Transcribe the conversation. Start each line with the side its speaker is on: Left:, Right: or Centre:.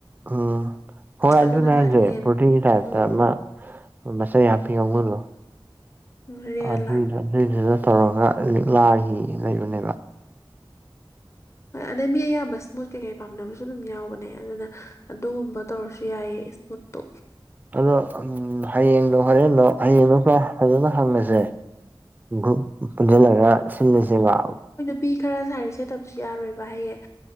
Right: ꯎꯝ ꯍꯣꯏ
Left: ꯎꯝ ꯑꯗꯨꯅ
Right: ꯑꯗꯨꯅꯦ ꯍꯥꯏꯁꯦ
Left: ꯐꯅꯤꯌꯦ
Right: ꯐꯨꯔꯇꯤꯒꯤ ꯇꯥꯏꯞꯇ
Left: ꯎꯝ
Right: ꯑꯃ꯫
Left: ꯎꯝ
Right: ꯃꯆꯩ ꯍꯥꯞꯄꯤ ꯀꯥꯡꯕꯨꯗꯣ
Left: ꯎꯝ ꯔꯦꯜꯂꯥ
Right: ꯑꯗꯨꯏꯗ ꯑꯗꯨꯏꯗꯨꯗ꯫ ꯇꯧꯔꯒ ꯂꯤꯛꯂꯥ ꯒꯤ ꯂꯩꯕꯅꯦꯕ꯫
Left: ꯍꯣꯏ ꯑꯗꯩ ꯃꯤ ꯑꯌꯥꯝꯕ ꯏꯁꯃꯨꯠ ꯀꯩꯀꯩ ꯄꯥꯝꯅꯕꯁꯨ ꯑꯗꯨꯝ ꯌꯥꯎꯕꯅꯦ ꯑꯗꯨꯅ꯫ ꯑꯗꯨꯒꯨꯝꯕ ꯇꯧꯔꯁꯨ ꯌꯥꯏꯑꯌꯦ ꯏꯁꯃꯨꯠꯇꯣ
Right: ꯑꯗꯣ ꯍꯌꯦꯡꯗꯣ ꯍꯣꯔꯦꯟꯗꯣ ꯍꯌꯦꯡꯗꯣ ꯄꯨꯔ ꯐꯖꯅ ꯍꯪꯉꯁꯦ ꯨꯞ ꯄꯨꯟꯁꯤꯜꯂꯒ ꯁꯤꯜꯂꯁꯦꯕ
Left: ꯄꯄꯤ ꯈꯔ ꯁꯥꯔꯤ ꯁꯦꯠꯇꯕꯁꯨ ꯌꯥꯔꯣꯏꯕ ꯍꯌꯦꯡ